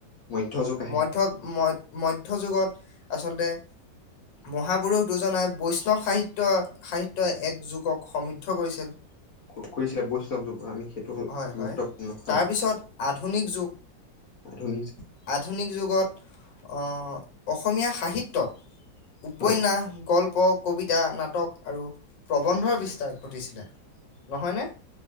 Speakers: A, on the left; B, on the left.
A: মধ্য যুগ আহে
B: মধ্য ম মধ্য যুগত আচলতে মহাপুৰুষ দুজনাই বৈষ্ণৱ সাহিত্যৰ সাহিত্যই এক যুগক সমৃদ্ধ কৰিছিল।
A: ক কৰিছিলে বৈষ্ণৱ যুগৰ আমি সেইটো গুৰুত্বপূৰ্ণ
B: হয় হয়
A: হয়।
B: তাৰপিছত আধুনিক যুগ
A: আধুনিক
B: আধুনিক যুগত অ অসমীয়া সাহিত্যত উপন্যাস,
A: হয়
B: গল্প, কবিতা, নাটক আৰু প্ৰবন্ধৰ বিস্তাৰ ঘটিছিলে। নহয়নে?